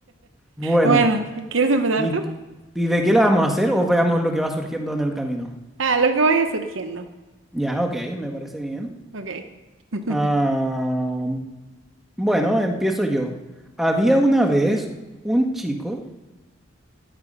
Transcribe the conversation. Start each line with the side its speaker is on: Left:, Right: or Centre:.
Centre: Bueno,
Right: Bueno, ¿quieres empezar
Centre: ¿y,
Right: tú?
Centre: cu- y de qué la vamos a hacer o veamos lo que va surgiendo en el camino?
Right: Ah, lo que vaya surgiendo.
Centre: Ya, ok, me parece bien.
Right: Ok. <laughs>
Centre: Ah, bueno, empiezo yo. Había una vez un chico,